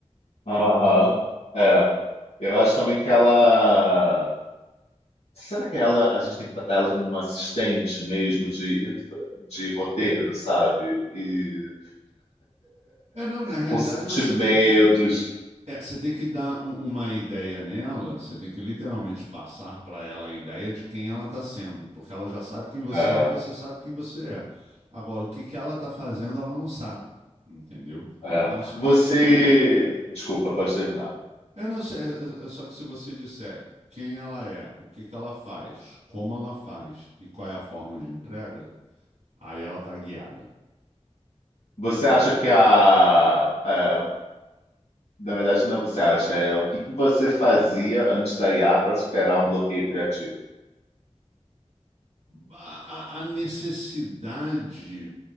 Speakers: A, on the left (about 75°); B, on the right (about 75°).
A: Aham. É. Eu acho também que ela. Será que ela, a gente tem que tratar ela como uma assistente mesmo de, de roteiro, sabe? E
B: É, não, na realidade
A: com sentimentos.
B: você tem que É, você tem que dar um- uma ideia nela, você tem que literalmente passar para ela a ideia de quem ela está sendo, porque ela já sabe quem você
A: É,
B: é, você sabe quem você é. Agora, o que que ela está fazendo, ela não sabe, entendeu?
A: é.
B: Então, se você.
A: Você. Desculpa, pode terminar.
B: É, não, se- é, é- é só que se você disser quem ela é, o que que ela faz, como ela faz e qual é a forma de entrega, aí ela está guiada.
A: Você acha que a. é, na verdade, não é você acha, é o que que você fazia antes da IA para superar um bloqueio criativo?
B: A, a- a necessidade.